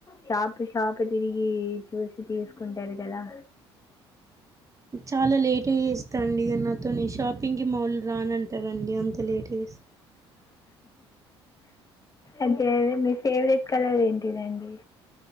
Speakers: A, on the left; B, on the right.
A: షాపు షాపు తిరిగి చూసి తీసుకుంటారు కదా
B: చాలా లేట్ గ చేస్తా అండి ఇగ నాతో ని షాపింగ్ కి మావాళ్లు రానంటారండి అంత లేడీస్
A: అదే మీ ఫేవరెట్ కలర్ ఏంటిదండి